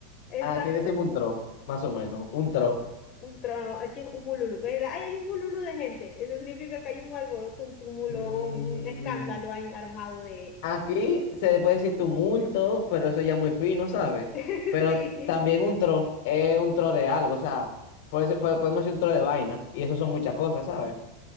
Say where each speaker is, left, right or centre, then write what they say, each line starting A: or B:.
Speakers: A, on the left; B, on the left.
A: Exacto.
B: Aquí decimos un trof, más o menos, un trof.
A: Un trono, aquí es un bululú. Pues, ay, hay un bululú de gente. Eso significa que hay un alboroto, un túmulo,
B: Mm,
A: un escándalo ahí armado de...
B: aquí se puede decir tumulto, pero eso ya muy fino, ¿sabes?
A: <laughs>
B: Pero
A: Sí,
B: también un tro es un tro de algo, o sea, puede ser- po- podemos decir un tro de vaina, y eso son muchas cosas, ¿sabes?